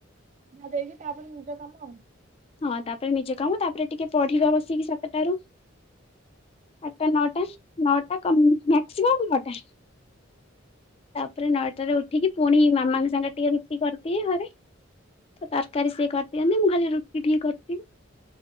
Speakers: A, on the right; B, on the left.
A: ଚା ଦେଇକି ତାପରେ ନିଜ କାମ ଆଉ।
B: ହଁ ତାପରେ ନିଜେ କାମ ତାପରେ ଟିକେ ପଢିବା ବସିକି ସାତଟାରୁ। ଆଠଟା ନଅଟା ନଅଟା କମ ମାକ୍ସିମମ ନଅଟା। ତାପରେ ନଅଟାରେ ଉଠିକି ପୁଣି ମାମାଙ୍କ ସାଙ୍ଗରେ ଟିକେ ରୁଟି କରିଦିଏ ଘରେ ତ ତରକାରୀ ସିଏ କରିଦିଅନ୍ତି ମୁଁ ଘରେ ରୁଟି ଟିକେ କରିଦିଏ।